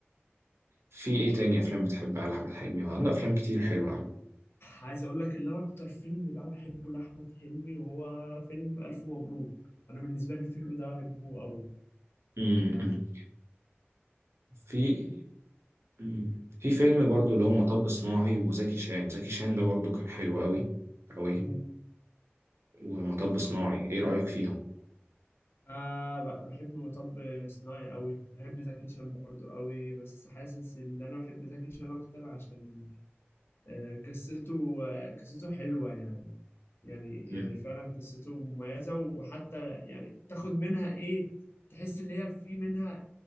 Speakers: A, on the right; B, on the left.
A: في إيه تاني أفلام بتحبها لأحمد حلمي هو عنده أفلام كتير حلوة عم.
B: عايز اقول لك ان انا اكتر فيلم بقى بحبه لاحمد حلمي وهو فيلم الف مبروك انا بالنسبه لي الفيلم ده بحبه قوي
A: امم
B: يعني
A: في مم. في فيلم برضه اللي هو مطب صناعي وزكي شان زكي شان ده برضه كان حلو أوي أوي
B: آه،
A: ومطب صناعي ايه رأيك فيهم
B: آه ب- بحب مطب صناعي قوي بحب زكي شان برضو قوي بس حاسس ان انا بحب زكي شان اكتر عشان آه قصته آه قصته حلوة يعني يعني
A: مم.
B: يعني فعلا قصته مميزة وحتى يعني تاخد منها ايه تحس ان هي في منها